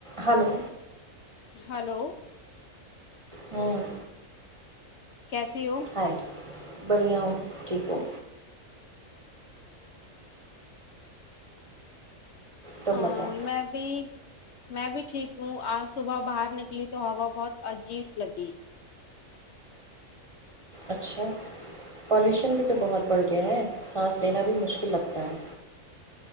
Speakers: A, on the right; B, on the left.
A: hello
B: hello
A: ہوں
B: کیسی ہوں
A: ہائے بڑھیا ہوں ٹھیک ہوں تم
B: آ
A: بتاؤ
B: میں بھی میں بھی ٹھیک ہوں آج صبح باہر نکلی تو ہوا بہت عجیب لگی
A: اچھا پولیوشن بھی تو بہت بڑھ گیا ہے سانس لینا بھی مشکل لگتا ہے